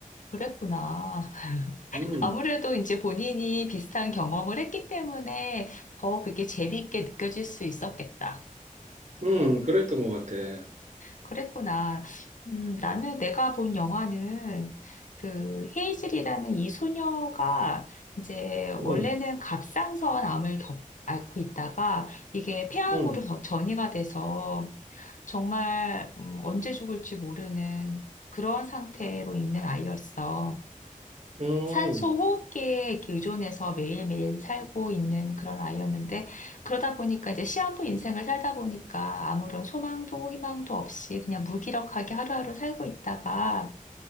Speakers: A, on the left; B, on the right.
A: 그랬구나. <laughs>
B: 음,
A: 아무래도 이제 본인이 비슷한 경험을 했기 때문에 더 그게 재미있게 느껴질 수 있었겠다.
B: 음, 그랬던 것 같아.
A: 그랬구나. 음, 나는 내가 본 영화는 그 헤이즐이라는 이 소녀가 이제
B: 음,
A: 원래는 갑상선 암을 겪, 앓고 있다가 이게 폐암으로
B: 음,
A: 더 전이가 돼서 정말 음, 언제 죽을지 모르는 그런 상태로 있는 아이였어.
B: 음,
A: 산소 호흡기에 이렇게 의존해서 매일매일 살고 있는 그런 아이였는데, 그러다 보니까 이제 시한부 인생을 살다 보니까 아무런 소망도 희망도 없이 그냥 무기력하게 하루하루 살고 있다가,